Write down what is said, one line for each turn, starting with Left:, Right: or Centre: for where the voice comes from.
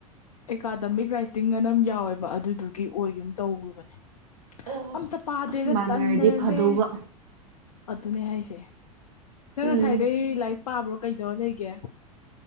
Left: ꯑꯦꯀꯥꯗꯃꯤꯛ ꯔꯥꯏꯇꯤꯡꯉꯅ ꯑꯝ ꯌꯥꯎꯋꯦꯕ ꯑꯗꯨꯗꯨꯒꯤ ꯑꯣꯏꯒꯨꯝ ꯇꯧꯕꯅꯦ
Right: ꯑꯣ
Left: ꯑꯝꯇ ꯄꯥꯗꯦꯗ
Right: ꯑꯁ ꯃꯥꯟꯅꯔꯗꯤ
Left: ꯇꯟꯗꯅꯅꯦ
Right: ꯐꯗꯧꯕ
Left: ꯑꯗꯨꯅꯦ ꯍꯥꯏꯁꯦ ꯅꯪ
Right: ꯎꯝ
Left: ꯉꯁꯥꯏꯗꯩ ꯂꯥꯏꯔꯤꯛ ꯄꯥꯕ꯭ꯔꯣ ꯀꯩꯗꯧꯔ ꯂꯩꯒꯦ